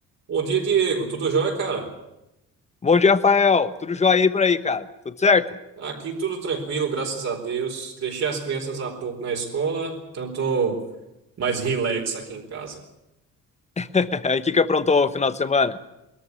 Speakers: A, on the right (about 55°); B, on the left (about 20°).
A: Bom dia, Diego. Tudo jóia, cara?
B: Bom dia, Rafael. Tudo jóia aí por aí, cara? Tudo certo?
A: Aqui tudo tranquilo, graças a Deus. Deixei as crianças há pouco na escola, então tô mais relax aqui em casa.
B: <laughs> E o que que aprontou o final de semana?